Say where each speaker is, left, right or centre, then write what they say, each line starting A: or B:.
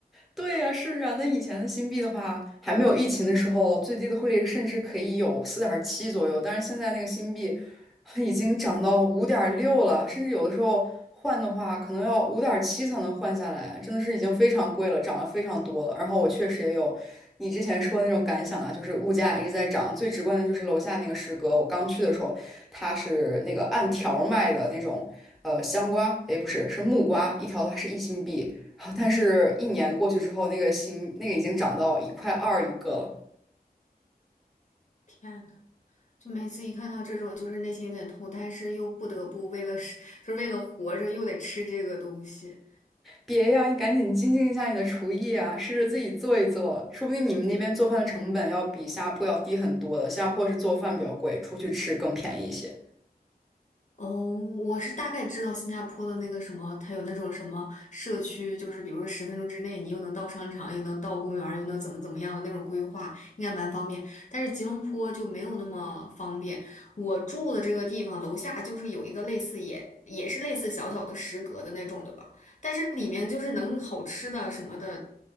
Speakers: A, in the centre; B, on the left.
A: 对呀，是啊，那以前的新币的话，还没有疫情的时候，最低的汇率甚至可以有四点七左右，但是现在那个新币已经涨到五点六了，甚至有的时候换的话，可能要五点七才能换下来，真的是已经非常贵了，涨了非常多了。然后我确实也有你之前说的那种感想啊，就是物价一直在涨，最直观的就是楼下那个食阁，我刚去的时候，它是那个按条儿卖的那种，呃，香瓜，诶，不是，是木瓜，一条的话是一新币。啊但是，一年过去之后，那个心那个已经涨到一块二一个了。
B: 天呐，就每次一看到这种，就是内心有点痛，但是又不得不为了是，就是为了活着，又得吃这个东西。
A: 别呀，你赶紧精进一下你的厨艺啊，试着自己做一做，说不定你们那边做饭的成本要比新加坡要低很多的。新加坡是做饭比较贵，出去吃更便宜一些。
B: 哦，我是大概知道新加坡的那个什么，它有那种什么社区，就是比如说十分钟之内，你又能到商场，又能到公园儿又能怎么怎么样的那种规划，应该蛮方便。但是吉隆坡就没有那么方便。我住的这个地方楼下就是有一个类似也也是类似小小的食阁的那种的吧。但是里面就是能好吃的什么的，